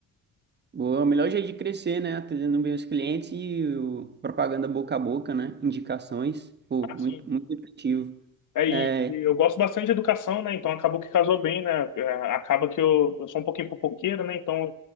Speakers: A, on the right (about 30°); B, on the left (about 60°).
A: Boa, é o melhor jeito de crescer, né? Atendendo bem os clientes e o- propaganda boca a boca, né? Indicações. Pô,
B: Assim,
A: muito, muito efetivo.
B: aí
A: É,
B: eu gosto bastante de educação, né? Então acabou que casou bem, né? É, Acaba que eu, eu sou um pouquinho fofoqueiro, né? Então